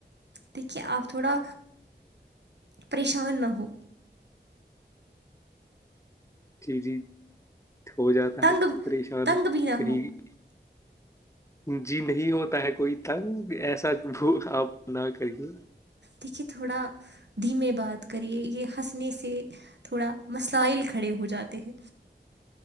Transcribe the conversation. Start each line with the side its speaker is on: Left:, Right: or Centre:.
Right: دیکھیے آپ تھوڑا پریشان نہ ہو
Left: چیزیں ہو جاتا
Right: تنگ
Left: ہے پریشان
Right: تنگ بھی نہ
Left: کہیں
Right: ہو
Left: <inaudible> جی نہیں ہوتا ہے کوئی تنگ ایسا آپ نہ کریے
Right: دیکھیے تھوڑا دھیمے بات کریے یہ ہنسنے سے تھوڑا مسائل کھڑے ہو جاتے ہیں